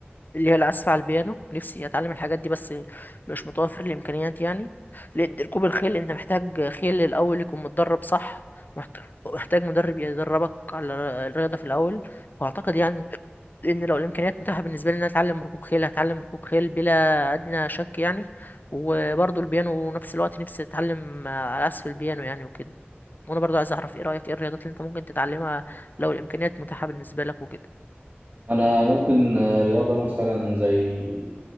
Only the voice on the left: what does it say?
اللي هي العزف على البيانو نفسي اتعلم الحاجات دي بس مش متوفر الامكانيات يعني لأن ركوب الخيل انت محتاج خيل الاول يكون متدرب صح محت- محتاج مدرب يدربك على الرياضه في الاول واعتقد يعني ان لو الامكانيات متاحه بالنسبه لي ان أنا اتعلم ركوب خيل هتعلم ركوب خيل بلا ادنى شك يعني وبرضه البيانو نفس الوقت نفسي اتعلم على عزف البيانو يعني وكده وانا برضه عايز اعرف ايه رايك ايه الرياضات اللي انت ممكن تتعلمها لو الامكانيات متاحه بالنسبه لك وكده